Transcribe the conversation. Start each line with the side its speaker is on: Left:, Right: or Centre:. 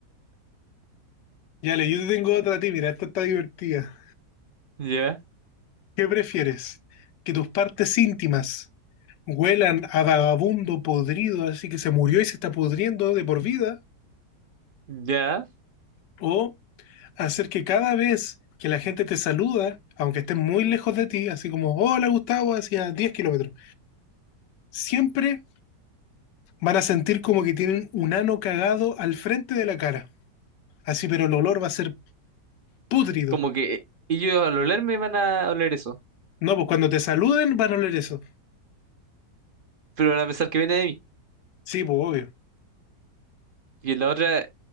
Left: Ya le, yo te tengo otra a ti, mira, esta está divertida.
Right: Ya,
Left: ¿Qué prefieres? ¿Que tus partes íntimas huelan a vagabundo podrido, así que se murió y se está pudriendo de por vida?
Right: ya.
Left: ¿O hacer que cada vez que la gente te saluda, aunque esté muy lejos de ti, así como, hola Gustavo, hacia 10 kilómetros, siempre van a sentir como que tienen un ano cagado al frente de la cara. Así, pero el olor va a ser pútrido.
Right: Como que ellos al olerme van a oler eso,
Left: No, pues cuando te saluden van a oler eso.
Right: pero van a pensar que viene de mí.
Left: Sí, pues obvio.
Right: Y en la otra, eh,